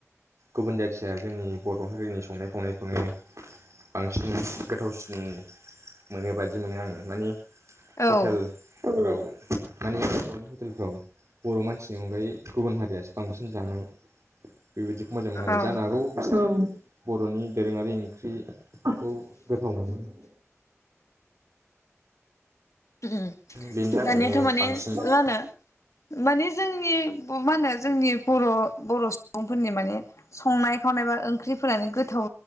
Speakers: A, on the right; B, on the left.
A: गुबुन जाथिया जोंनि बर' हारिनि संनाय खावनायखौनो बांसिन गोथावसिन मोनो बादि मोनो आङो माने
B: आरो
A: हटेलफोराव माने बर'नि हटेलफ्राव बर' मानसिनि अनगायै गुबुन हारियासो बांसिन जानाय बेबायदिखौ मोजां मोनो आरो
B: औ
A: जानो हागौ बर'नि दोरोङारि ओंख्रिखौ <unintelligible>
B: उम
A: बेनि थाखायनो
B: दानियाथ' माने
A: बांसिन
B: रानो मानि जोंनि मा होनो जोंनि बर' बर' सुबुंफोरनि माने संनाय खावनाय बा ओंख्रिफोरानो गोथाव